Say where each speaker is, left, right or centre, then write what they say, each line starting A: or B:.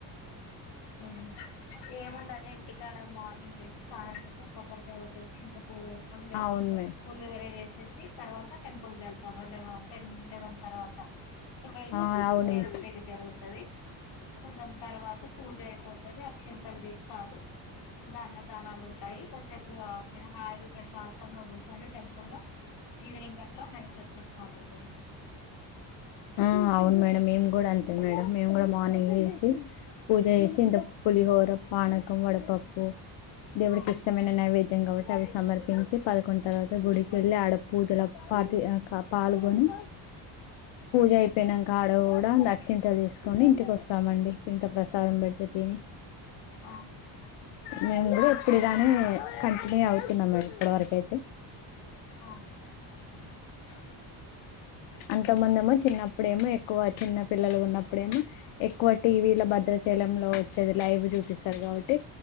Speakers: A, on the left; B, on the left.
A: మ్ ఏముందండి, ఇంటికాడ మార్నింగ్ లేసి, స్నానం చేసి ఒక కొబ్బరికాయ కొట్టేసి ఇంట్లో పూ వేసుకొని వెళ్ళాం.
B: అవును మేడం
A: పుల్లు వరై వేసేసి తర్వాత టెంపుల్ వెళ్తాను లేవ టెన్, లెవెన్ తర్వాత టూవెల్కి
B: ఆ
A: వచ్చేసి
B: అవును
A: దేవుడ్
B: మేడం
A: పెళ్లి జరుగుతది. సో దాన్ తర్వాత పూజ అయిపోత్ అది అక్షంతలు తీస్తారు. ఇంకా అన్నదానాలు ఉంటాయి. కాసేపు పైనాగి ప్రశాంతంగా గూసోని టెంపుల్లో. ఈవినింగ్ కి అట్లా, నైట్ వచ్చేస్తామండి.
B: ఆ అవును మేడం. మేము కూడా అంతే మేడం. మేము కూడా మార్నింగ్ పోయేసి తి పూజ చేసి ఇంత పులిహోర, పాణకం, వడపప్పు. దేవుడికి
A: అవును
B: ఇష్టమైన నైవేద్ ద్యం కాబట్టి అవి సమర్పించి, పదకొండు తర్వాత గుడికెళ్ళి, ఆడ పూజల పాతివి పాల్గొని పూజ అయిపోయినంక ఆడ కూడ, దక్షింతలు తీసుకొని ఇంటికి వస్తామండి. ఇంత ప్రసాదం పెడితే తిని.
A: అవును
B: మేము కూడ ఎప్పుడిగానే, కంటిన్యూ అవుతున్నాం. మేము ఇప్పటి వరక అయితే.
A: ఓకె <unintelligible>
B: అంతముందెమో, చిన్నప్పుడేమో, ఎక్కువ చిన్న పిల్లలుగ ఉన్నప్పుడేమో, ఎక్కువ టీవీల భద్ర చలంలో వచ్చేది లైవ్ చూపిస్తారు కాబట్టి,